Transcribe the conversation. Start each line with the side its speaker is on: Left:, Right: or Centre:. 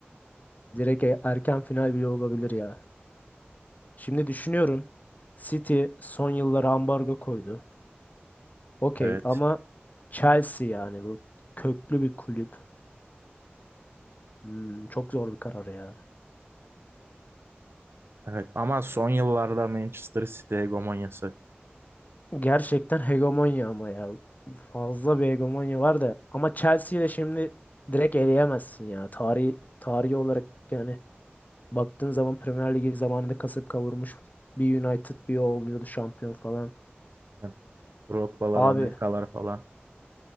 Left: Direkt e- erken final bile olabilir ya. Şimdi düşünüyorum. City son yıllara ambargo koydu. Okey
Right: Evet.
Left: ama Chelsea yani bu köklü bir kulüp. Hmm, çok zor bir karar ya.
Right: Evet ama son yıllarda Manchester City hegemonyası.
Left: Gerçekten hegemonya ama ya. Fazla bir hegemonya var da. Ama Chelsea'yi de şimdi direkt eleyemezsin ya. Tarihi, tarihi olarak yani baktığın zaman Premier Ligi zamanında kasıp kavurmuş bir United bir o oluyordu şampiyon falan.
Right: Yani Drogba'lar,
Left: Abi
Right: Anelka'lar falan.